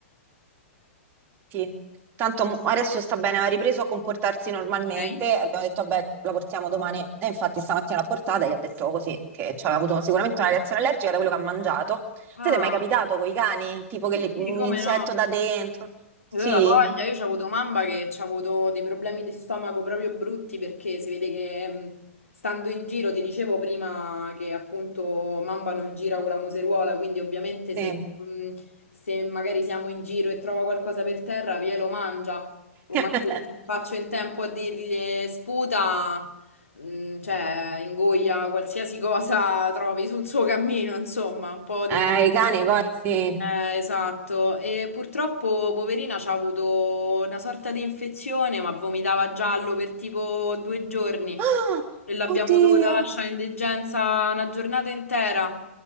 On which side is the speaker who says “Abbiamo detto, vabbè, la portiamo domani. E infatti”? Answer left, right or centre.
Right